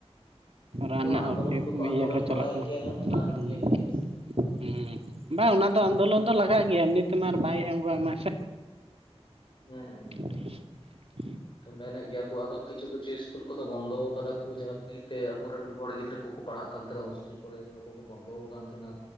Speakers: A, on the right; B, on the left.
A: ᱨᱟᱱ ᱨᱮᱱᱟᱜ
B: ᱟᱱᱫᱳᱞᱚᱱ
A: <unintelligible>
B: ᱫᱚᱠᱚ ᱟᱱᱫᱳᱞᱚᱱ
A: ᱤᱭᱟᱹ ᱠᱚ ᱪᱟᱞᱟᱜ
B: ᱵᱟᱲᱟᱭᱮᱫ
A: ᱠᱟᱱᱟ,
B: ᱜᱮᱭᱟ ᱚᱱᱟ
A: ᱦᱩᱸ᱾
B: ᱤᱭᱟᱹ ᱱᱤᱭᱮ
A: ᱦᱩᱸ, ᱵᱟᱝ ᱚᱱᱟ ᱫᱚ ᱟᱱᱫᱳᱞᱚᱱ ᱫᱚ ᱞᱟᱜᱟᱜ ᱜᱮᱭᱟ, ᱮᱢᱱᱤ ᱛᱮᱢᱟ ᱟᱨ ᱵᱟᱭ ᱮᱢᱜᱚᱜ ᱟᱢᱟ᱾ <unintelligible>
B: ᱦᱩᱸ᱾
A: <inaudible>
B: ᱢᱮᱱᱮᱜ ᱜᱮᱭᱟ ᱠᱚ ᱟᱫᱚ ᱠᱤᱪᱷᱩ ᱠᱤᱪᱷᱩ ᱤᱥᱠᱩᱞ ᱠᱚᱫᱚ ᱵᱚᱱᱫᱚ ᱠᱟᱫᱟ ᱠᱩ ᱡᱟᱦᱟᱸ ᱯᱷᱤᱨᱤᱛᱮ ᱟᱵᱚᱨᱮᱱ ᱦᱚᱲ ᱜᱤᱫᱽᱨᱟᱹ ᱠᱳᱠᱳ, ᱯᱟᱲᱦᱟᱜ ᱠᱟᱱ ᱛᱟᱦᱮᱸᱱᱟ ᱦᱳᱥᱴᱮᱞ ᱠᱚᱨᱮ ᱚᱱᱟ ᱠᱚᱠᱚ ᱵᱚᱱᱫᱚ ᱟᱠᱟᱱ ᱛᱟᱦᱮᱸᱱᱟ